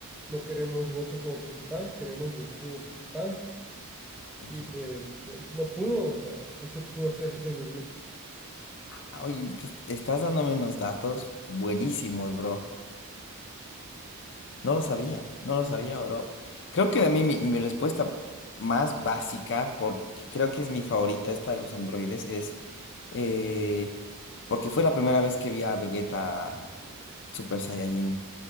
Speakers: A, in the centre; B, on the left (about 55°).
A: no queremos Gohan como principal, queremos Goku como principal.
B: Ya.
A: Y pues no, no pudo, o sea, no se pudo hacer ese movimiento,
B: Ah, Oye, te est- estás dándome unos datos buenísimos, bro. No lo sabía, no lo sabía, bro. Creo que a mí mi, mi respuesta más básica, porque creo que es mi favorita, esta de los androides, es eh, porque fue la primera vez que vi a Vegeta Super Saiyajin.